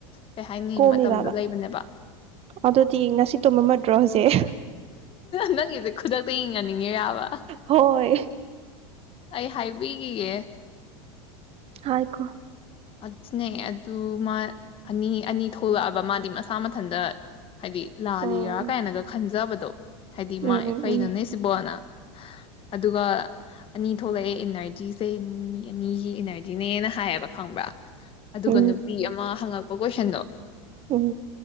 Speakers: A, on the left; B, on the right.
A: ꯀꯩ ꯍꯥꯏꯅꯤ
B: ꯀꯣꯝꯃꯤꯕꯕ
A: ꯃꯇꯝꯗꯣ ꯂꯩꯕꯅꯦꯕ
B: ꯑꯗꯨꯗꯤ ꯉꯁꯤ ꯇꯨꯝꯃꯝꯃꯗ꯭ꯔꯣ ꯍꯧꯖꯤꯛ
A: ꯅꯪꯒꯤꯁꯦ ꯈꯨꯗꯛꯇ ꯌꯦꯡꯍꯟꯅꯤꯡꯉꯤꫪꯥꯕ
B: ꯍꯣꯏ
A: ꯑꯩ ꯍꯥꯏꯕꯤꯈꯤꯒ‌ꯦ
B: ꯍꯥꯏꯈꫭ
A: ꯑꯗꯨꯅꯦ ꯑꯗꯨ ꯃꯥ ꯑꯅꯤ ꯑꯅꯤ ꯊꯣꯛꯂꯛꯑꯕ ꯃꯥꯗꯤ ꯃꯁꯥ ꯃꯊꯟꯇ ꯍꯥꯏꯗꯤ ꯂꯥꯜꯂꯤꯔꯥ
B: ꯎꯝ
A: ꯀꯥꯏꯅꯒ ꯈꯟꯖꯕꯗꯣ ꯍꯥꯏꯗꯤ ꯃꯥ
B: ꯎꯝ ꯎꯝ
A: ꯀꯩꯅꯣꯅꯦ ꯁꯤꯕꯣꯅ ꯑꯗꯨꯒ ꯑꯅꯤ ꯊꯣꯛꯂꯛꯑꯦ ꯏꯅꯔꯖꯤꯁꯦ ꯃꯤ ꯑꯅꯤꯒꯤ ꯏꯅꯔꯖꯤꯅꯦꯅ ꯍꯥꯏꯌꯦꯕ ꯈꯪꯕ꯭ꯔꯥ ꯑꯗꯨꯒ
B: ꯎꯝ ꯎꯝ
A: ꯅꯨꯄꯤ ꯑꯃ ꯍꯪꯉꯛꯄ ꯀꯣꯏꯁꯟꯗꯣ
B: ꯎꯝ